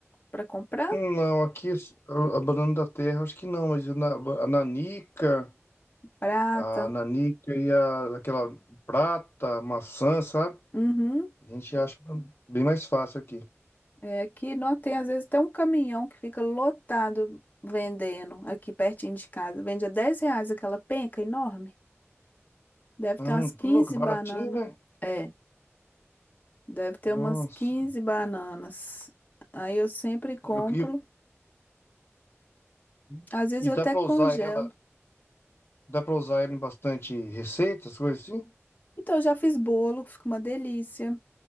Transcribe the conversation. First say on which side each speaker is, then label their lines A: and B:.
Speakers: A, on the left (about 35°); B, on the left (about 55°).
A: para comprar?
B: Não, aqui a a banana da terra, acho que não, mas na- a nanica,
A: prata.
B: a nanica e a, aquela prata, maçã, sabe?
A: Uhum.
B: A gente acha bem mais fácil aqui.
A: É, aqui não tem, às vezes, até um caminhão que fica lotado vendendo aqui pertinho de casa. Vende a 10 reais aquela penca enorme. Deve
B: Hum,
A: ter umas 15
B: tô louco, baratinho,
A: bananas.
B: né?
A: É, deve ter
B: Nossa.
A: umas 15 bananas. Aí eu sempre compro.
B: E, eu- e-
A: Às vezes
B: e
A: eu
B: dá
A: até
B: pra
A: congelo.
B: usar ela, dá pra usar ela em bastante receitas, coisas assim?
A: Então, eu já fiz bolo, fica uma delícia.